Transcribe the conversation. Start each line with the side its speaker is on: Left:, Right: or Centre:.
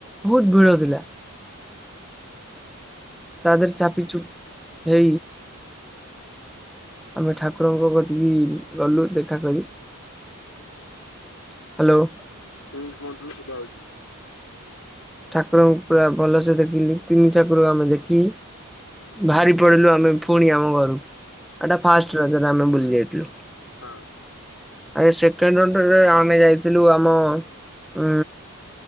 Centre: ବହୁତ ଭିଡ ଥିଲା ତା ଦେହ ଚାପିଚୁପ ହେ ଆମେ ଠାକୁରଙ୍କ କତିକି ଗଲୁ ଦେଖା କରି
Left: ହ
Centre: ହ୍ୟାଲୋ
Left: ହୁଁ କୁହନ୍ତୁ ସୁଭାଯାଉଚି
Centre: ଠାକୁରଙ୍କୁ ପୁରା ଭଲସେ ଦେଖିଲୁ ତିନି ଠାକୁରଙ୍କୁ ଆମେ ଦେଖି
Left: ହୁଁ
Centre: ଭାରି ପଡିଲୁ ଆମେ ପୁଣି ଆମ ଘରକୁ ଏଟା ଫାଷ୍ଟ ରଜରେ ଆମେ ବୁଲି ଲ
Left: ହଁ
Centre: ଆ ସେକେଣ୍ଡ ଆମେ ଯାଇଥିଲୁ ଆମ ଉ